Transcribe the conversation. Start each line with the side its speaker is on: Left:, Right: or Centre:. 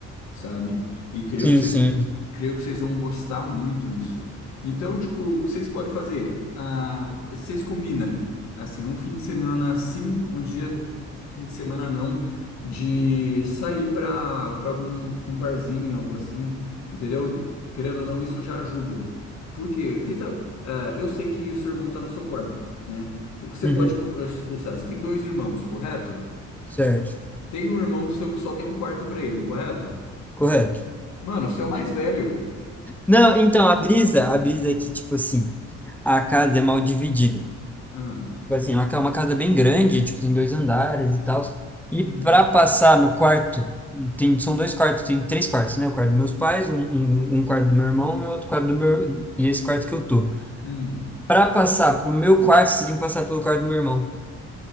Left: sabe? E creio
Centre: Sim,
Left: que vocês,
Centre: sim.
Left: creio que vocês vão gostar muito isso. Então, tipo, o que vocês podem fazer? Ah, vocês combinam, assim, um fim de semana sim, um dia, fi- fim de semana não de sair pra para algum um barzinho, algo assim, Entendeu? Querendo ou não, isso já ajuda. Porque tenta. ah, eu sei que o seu irmão está no seu quarto, né? O que você
Centre: Uhum.
Left: pode conversar? Você tem dois irmãos, correto?
Centre: Certo,
Left: Tem um irmão seu que só tem um quarto para ele, correto?
Centre: correto.
Left: Mano, você é o mais velho.
Centre: Não, então, a brisa, a brisa é que, tipo assim, a casa é mal dividida.
Left: Ah,
Centre: Tipo assim, é uma ca- uma casa bem grande, tipo, tem dois andares e tal. E
Left: hum,
Centre: para passar no quarto, tem, são dois quartos, tem três quartos, né? O quarto dos meus pais, um, um, um quarto do meu irmão e outro quarto do meu... E esse quarto que eu tô.
Left: hum.
Centre: Para passar pro meu quarto, você tem que passar pelo quarto do meu irmão.